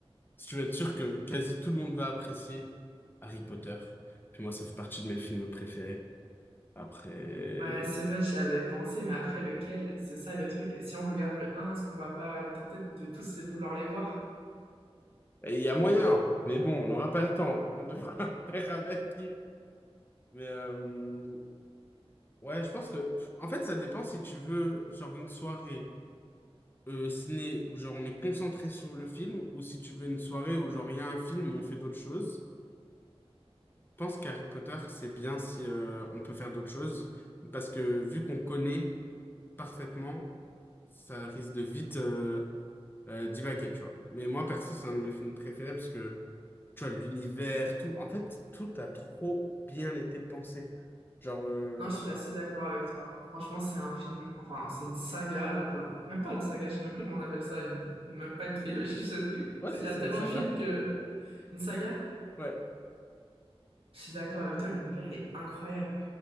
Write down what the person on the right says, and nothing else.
Ouais, c'est vrai, j'y avais pensé, mais après, lequel? C'est ça le truc. Et si on regarde le un, est-ce qu'on va pas être tenté de tous les vouloir les voir?
Non, je suis assez d'accord avec toi. Franchement, c'est un film, enfin, c'est une saga, là, pour le coup. Même pas une saga, je sais même plus comment on appelle ça, une... même pas une trilogie, je sais plus.
Il
y a
tellement
de films que... Une saga?
Je suis d'accord avec toi, l'univers, il est incroyable.